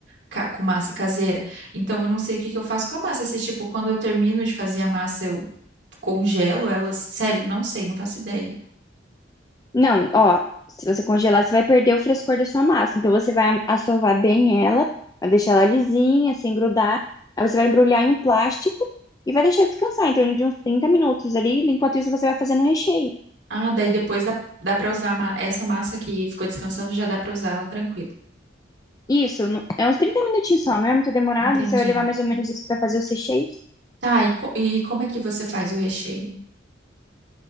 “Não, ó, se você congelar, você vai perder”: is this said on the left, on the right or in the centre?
Left